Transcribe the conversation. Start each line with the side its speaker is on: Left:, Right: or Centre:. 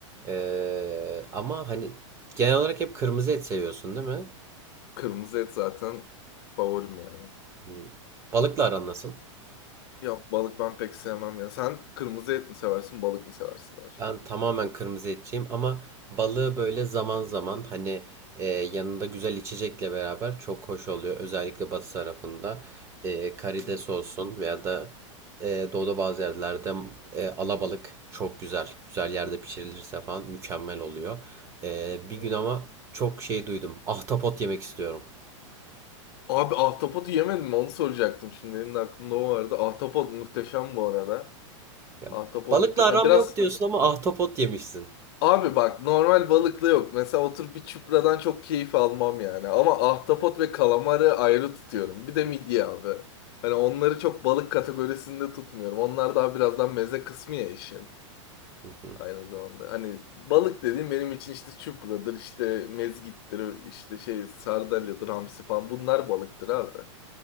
Right: Eee, ama hani genel olarak hep kırmızı et seviyorsun değil mi?
Left: Kırmızı et zaten favorim yani.
Right: Hı. Balıkla aran nasıl?
Left: Ya balık ben pek sevmem ya. Sen kırmızı et mi seversin, balık mı seversin daha çok?
Right: Ben tamamen kırmızı etçiyim ama balığı böyle zaman zaman hani e, yanında güzel içecekle beraber çok hoş oluyor. Özellikle batı tarafında e, karides
Left: Hı.
Right: olsun veya da e, doğuda bazı yerlerde e, alabalık çok güzel. Güzel yerde pişirilirse falan mükemmel oluyor. E, bir
Left: Hı.
Right: gün ama çok şey duydum. Ahtapot yemek istiyorum.
Left: Abi ahtapotu yemedim mi? Onu soracaktım şimdi. Benim de aklımda o vardı. Ahtapot muhteşem bu arada.
Right: Ya,
Left: Ahtapot
Right: balıkla
Left: muhteşem.
Right: aram
Left: Biraz
Right: yok diyorsun ama ahtapot yemişsin.
Left: abi bak normal balıkla yok. Mesela oturup bir çupradan çok keyif almam yani. Ama ahtapot ve kalamarı ayrı tutuyorum. Bir de midye abi. Hani onları çok balık kategorisinde tutmuyorum. Onlar daha birazdan meze kısmı ya işin.
Right: Hı hı.
Left: Aynı zamanda. Hani balık dediğim benim için işte çupradır, işte mezgittir, işte şey sardalyadır, hamsi falan. Bunlar balıktır abi.